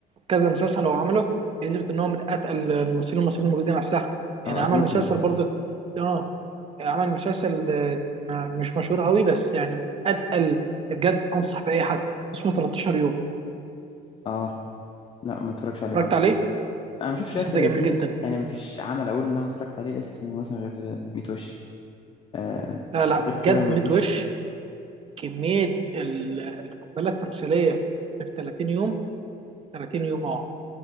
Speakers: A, on the right (about 35°); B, on the left (about 30°).
A: كذا مسلسل هو عمله يثبت ان هو من اتقل الممثلين المصريين الموجودين على الساحه يعني
B: او
A: عمل
B: اكيد
A: مسلسل
B: ممثل
A: برضه اه عمل مسلسل آه، ما- مش مشهور قوي بس يعني من اتقل بجد انصح باي حد اسمه 13 يوم
B: اه لا ما اتفرجش عليه
A: اتفرجت
B: برضه
A: عليه
B: انا ما شفتش
A: المسلسل
B: ياسر
A: ده
B: ياسين
A: جميل جدا
B: يعني ما فيش عمل اقول ان انا اتفرجت عليه لاسر ياسين مثلا غير 100 وش آه
A: لا لا
B: غير
A: بجد
B: كده ما
A: ميت
B: فيش
A: وش كميه ال- القنبله التمثيليه في 30 يوم 30 يوم اه